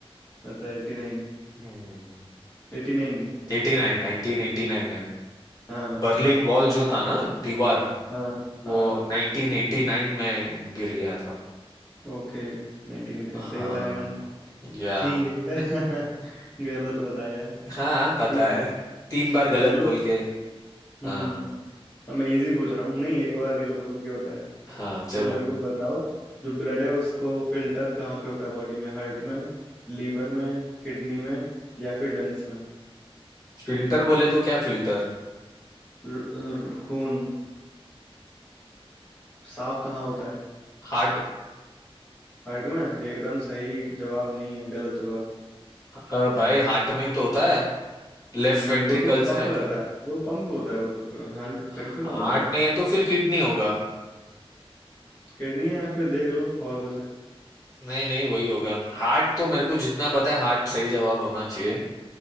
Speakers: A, on the left; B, on the left.
A: अच्छा एट्टी नाइन
B: हम्म
A: Eighty nine
B: 89 1989 है
A: हाँ
B: बर्लिन वॉल जो था ना दीवार
A: हाँ
B: वो
A: हाँ
B: 1989 में गिर गया था
A: ओके 1989
B: हाँ
A: सही बताया मैंने
B: या
A: ठीक है <laughs> गलत बताया है
B: हाँ
A: ठीक
B: पता है
A: है
B: तीन बार गलत
A: चलो
B: बोल के
A: हम्म
B: हाँ
A: अब मैं इजी पूछ रहा हूँ नहीं एक बार गलत बोल के बताया
B: हाँ चलो
A: तो मेरे को बताओ जो ब्लड है उसको फिल्टर कहाँ पे होता है बॉडी में हार्ट में लीवर में किडनी में या फिर लंग्स में
B: फिल्टर बोले तो क्या फिल्टर
A: र, र, खून साफ कहाँ होता है
B: हार्ट
A: हार्ट में एकदम सही जवाब नहीं है गलत जवाब
B: अ, भाई हार्ट में ही तो होता है लेफ्ट
A: नहीं
B: वेंट्रिकल
A: वो तो बस पंप
B: से आके
A: करता है वो पंप होता है वो तो फिल्टर
B: हार्ट
A: कहाँ होता है
B: नहीं है तो फिर किडनी होगा
A: किडनी है या फिर देख लो और कुछ है
B: नहीं नहीं वही होगा हार्ट तो मेरे को जितना पता है हार्ट सही जवाब होना चाहिए